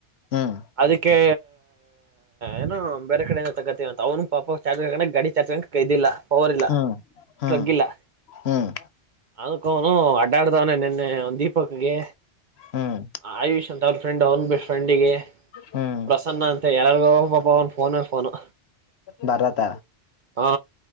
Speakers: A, on the left; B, on the right.
A: ಹ್ಮ್
B: ಅದಕ್ಕೆ ಏನೋ ಬೇರೆ ಕಡೆೆಯಿಂದ ತಗತಿವ ಅಂತ ಅವ್ನು ಪಾಪ ಚಾ ಗಡಿ ಚಾಚ್ಕಕಕ್ ಕೈ್ದಿಲ್ಲ ಪವರ್ ಇಲ್ಲ
A: ಹ್ಮ್ ಹ್ಮ್
B: ಪ್ಲಗ್ ಇಲ್ಲ
A: ಹ್ಮ್
B: ಅದಕ್ಕ ಅವನು ಅಡ್ಡಾಡ್ದವನ ನಿನ್ನೆ ಒ ದೀಪಕ್ಗೆ
A: ಹ್ಮ್
B: ಆಯುಷ್ ಅಂತ ಅವ್ರ ಫ್ರೆಂಡ್ ಅವ್ನ್ ಬಿ ಫ್ರೆಂಡಿಗೆ
A: ಹ್ಮ್
B: ಪ್ರಸನ್ನ ಅಂತ ಯೊರ್ಗೂ ಒಬ್ಬ ಪೋನೆ ಫೋನು
A: ಭರತ
B: ಹಾ